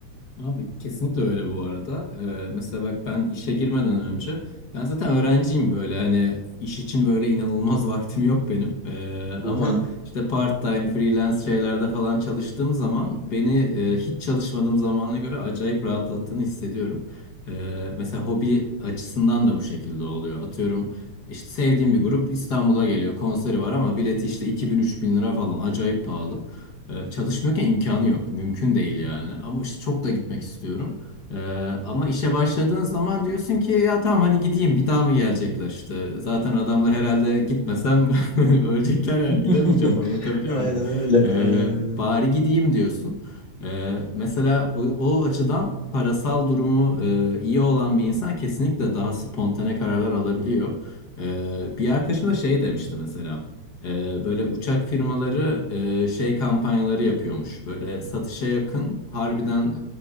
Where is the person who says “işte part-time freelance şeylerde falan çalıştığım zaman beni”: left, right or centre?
Left